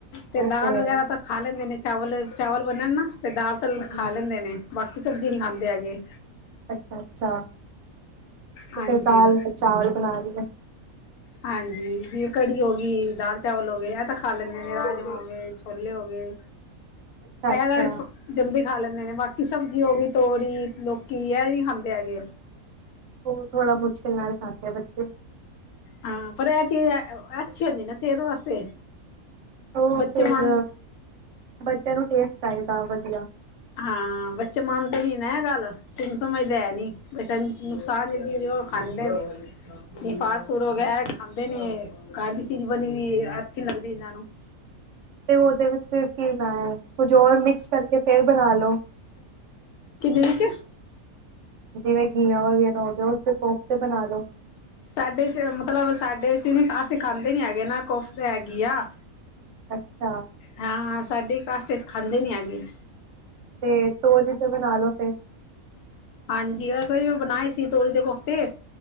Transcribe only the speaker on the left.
ਤੇ
ਦਾਲ
ਵਗੈਰਾ
ਤਾਂ ਖਾ ਲੈਂਦੇ ਨੇ ਚਾਵਲ-ਚਾਵਲ ਬਣੇ ਨਾ ਤੇ ਦਾਲ ਤਾਂ
ਖਾ ਲੈਂਦੇ ਨੇ ਬਾਕੀ ਸਬਜ਼ੀ ਨੀ ਖਾਂਦੇ ਹੈਗੇ
ਹਾਂਜੀ
ਹਾਂਜੀ, ਜਿਵੇਂ ਕੜੀ ਹੋ ਗੀ, ਦਾਲ ਚਾਵਲ ਹੋ ਗਏ, ਇਹ ਤਾਂ ਖਾ ਲੈਂਣੇ ਨੇ ਰਾਜਮਾਂਹ ਹੋ ਗੇ, ਛੋਲੇ ਹੋ ਗੇ
ਇਹ ਤਾਂ ਜਲਦੀ ਖਾ ਲੈਂਦੇ ਨੇ ਬਾਕੀ ਸਬਜ਼ੀ ਹੋ ਗਈ ਤੋਰੀ, ਲੋਕੀ ਇਹ ਨੀ ਖਾਂਦੇ ਹੈਗੇ
ਹਾਂ ਪਰ ਇਹ ਚੀਜ਼ ਐ ਅੱਛੀ ਹੁੰਦੀ ਨਾ ਸਿਹਤ ਵਾਸਤੇ
ਬੱਚੇ
ਮਨ
ਹਾਂ ਬੱਚੇ ਮੰਨਦੇ ਨੀ ਨਾ ਇਹ ਗੱਲ <unintelligible> ਨਹੀਂ ਫਾਸਟ ਫੂਡ ਹੋਗਿਆ ਐ ਖਾਂਦੇ ਨੇ ਐ ਘਰ ਦੀ ਚੀਜ਼ ਬਣੀ ਵੀਈ ਅੱਛੀ ਨੀ ਲੱਗਦੀ ਇਹਨਾਂ ਨੂੰ
ਕਿਦੇ ਵਿੱਚ
ਸਾਡੇ 'ਚ' ਮਤਲਬ ਸਾਡੇ 'ਚ' ਨ ਅਸੀਂ ਖਾਂਦੇ ਨੀ ਹੈਗੇ ਨਾ ਕੋਫ਼ਤੇ ਹੈਗੀ ਆ
ਹਾਂ-ਹਾਂ, ਸਾਡੇ ਕਾਸ਼ਟ ਖਾਂਦੇ ਨੀ ਹੈਗੇ
ਹਾਂਜੀ, ਇੱਕ ਵਾਰੀ ਮੈਂ ਬਣਾਏ ਸੀ ਤੋਰੀ ਦੇ ਕੋਫ਼ਤੇ